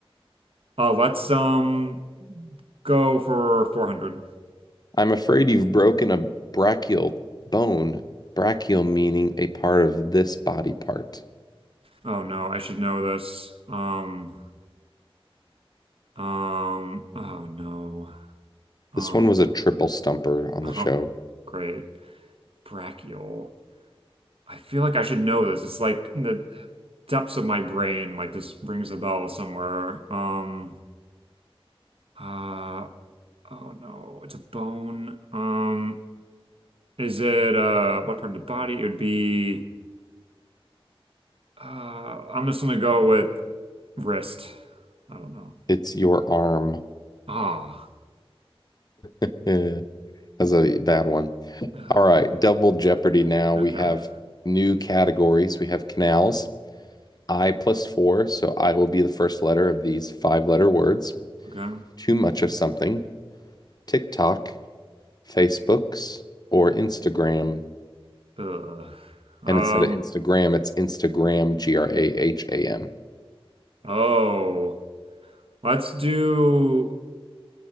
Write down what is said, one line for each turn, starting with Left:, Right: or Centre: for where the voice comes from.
Right: Uh, let's um go for 400.
Left: I'm afraid you've broken a brachial bone. Brachial meaning a part of this body part.
Right: Oh no, I should know this. Um, um, oh no. Um,
Left: This one was a triple stumper on
Right: Oh,
Left: the show.
Right: great. Brachial. I feel like I should know this. It's like in the depths of my brain, like this rings a bell somewhere. Um, uh, oh no, it's a bone. Um, is it uh what part of the body? It would be uh I'm just gonna go with wrist. I don't know.
Left: It's your arm.
Right: Ah.
Left: Eh, that's a bad one.
Right: <sighs>
Left: All right, double jeopardy now. We
Right: Okay.
Left: have new categories. We have canals, I plus four. So I will be the first letter of these five letter words.
Right: Okay.
Left: Too much of something, TikTok, Facebooks, or Instagram.
Right: Ugh. Um,
Left: And instead of Instagram, it's Instagram, G R A H A M.
Right: oh, let's do